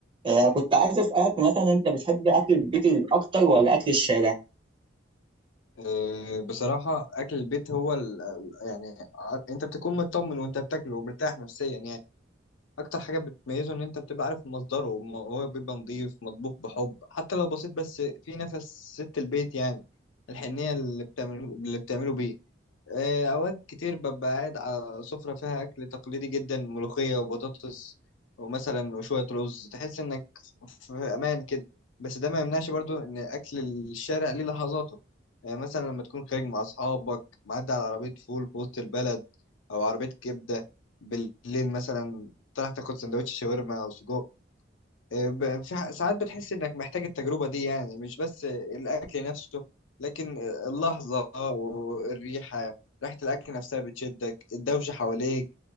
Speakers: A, on the right; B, on the left.
A: آه، كنت عايز اسالك مثلا انت بتحب اكل البيت اكتر ولا اكل الشارع
B: آه، بصراحه اكل البيت هو ال... يعني ع- انت بتكون مطمن وانت بتاكله ومرتاح نفسيا يعني اكتر حاجه بتميزه ان انت بتبقى عارف مصدره وم- هو بيبقى نظيف مطبوخ بحب حتى لو بسيط بس في نفس ست البيت يعني الحنيه اللي بتعمله اللي بتعمله بيه آه، أوقات كتير ببقى قاعد على سفرة فيها أكل تقليدي جدا ملوخية وبطاطس ومثلا وشوية رز تحس إنك في أمان كده بس ده ما يمنعش برضو إن أكل الشارع ليه لحظاته يعني مثلا لما تكون خارج مع أصحابك معدي على عربية فول في وسط البلد أو عربية كبدة بالليل مثلا تروح تاخد سندوتش شاورما أو سجق ب- في ح- ساعات بتحس انك محتاج التجربة دي يعني مش بس الاكل نفسه لكن اللحظة والريحة ريحة الاكل نفسها بتشدك الدوشة حواليك